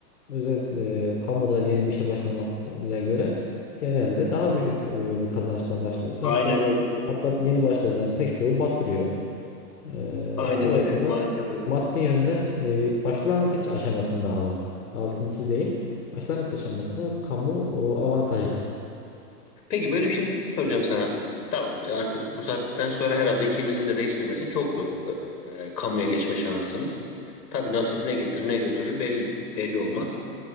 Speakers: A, on the left; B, on the left.
A: özel e, kamuda yeni bir işe başlamaya göre genelde daha düşük e, bir kazançla başlıyorsun.
B: Aynen
A: Hatta
B: öyle.
A: hatta yeni başlayanların pek çoğu batırıyor. E,
B: Aynen
A: dolayısıyla
B: öyle. Maalesef öyle.
A: maddi yönden e, başlangıç aşamasında ama altını çizeyim. Başlangıç aşamasında kamu o, avantajlı.
B: Peki böyle bir şey soracağım sana. Tamam e, artık bu saatten sonra herhalde ikimizin de değiştirmesi çok zor. E, e, kamuya geçme şansımız. Tabii nasip ne getirir ne götürür belli belli olmaz.